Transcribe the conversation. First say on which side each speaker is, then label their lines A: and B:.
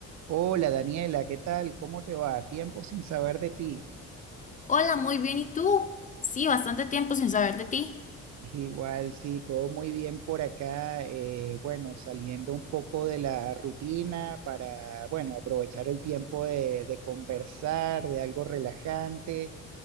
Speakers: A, on the right (about 65°); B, on the left (about 25°).
A: Hola Daniela, ¿qué tal? ¿Cómo te va? Tiempo sin saber de ti.
B: Hola, muy bien. ¿Y tú? Sí, bastante tiempo sin saber de ti.
A: Igual, sí, todo muy bien por acá. eh, bueno, saliendo un poco de la rutina para, bueno, aprovechar el tiempo de, de conversar, de algo relajante.